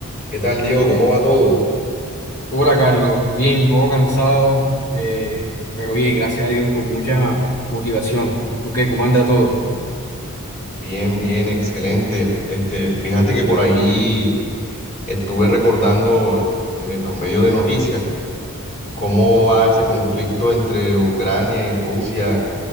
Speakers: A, on the left; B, on the left.
A: ¿Qué tal, Diego? ¿Cómo va todo?
B: Hola Carlos, bien, un poco cansado, eh, pero bien, gracias a Dios, con mucha motivación. ¿Tú qué? ¿Cómo anda todo?
A: Bien, bien, excelente. Este, fíjate que por ahí estuve recordando eh, por medio de noticias cómo va ese conflicto entre Ucrania y Rusia,